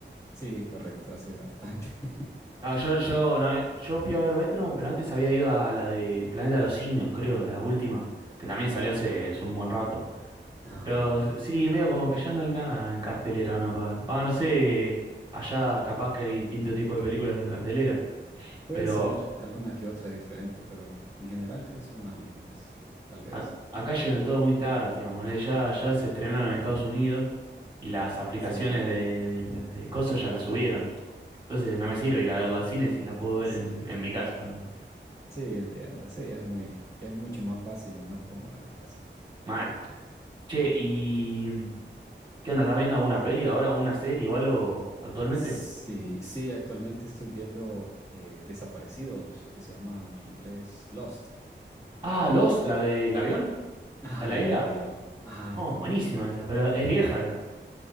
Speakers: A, on the left; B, on the right.
A: Sí, correcto, hace bastante. <laughs>
B: No, yo, yo, no, yo fui a ver Betterman, pero antes había ido a la del Planeta de los Simios, creo, la última, que también salió hace hace un buen rato.
A: Ajá.
B: Pero sí, medio como que ya no hay nada en cartelera, ¿no? Pa- va, no sé, allá capaz que hay distintos tipos de películas en cartelera,
A: Puede
B: pero
A: ser alguna que otra diferente, pero en general creo que son las mismas, tal vez.
B: a- acá llegan todo muy tarde encima, ponele, ya, ya se estrenaron en Estados Unidos y las aplicaciones
A: En serio.
B: de, de, de coso ya las subieron. Entonces no me sirve ir a verla al cine si la puedo ver
A: Sí,
B: en, en mi casa, ¿no?
A: sí, entiendo. Sí, es muy, es mucho más fácil y más cómoda la casa.
B: Mal. Che, y... ¿Qué onda? ¿Estás viendo una peli ahora, una serie o algo actualmente?
A: Sí, sí, actualmente estoy viendo eh, Desaparecidos, que se llama en inglés Lost.
B: Ah, Los, la del avión,
A: Ah,
B: la de la
A: la
B: isla.
A: del avión. Ajá,
B: No,
A: cabal.
B: buenísima esa, pero es vieja esa.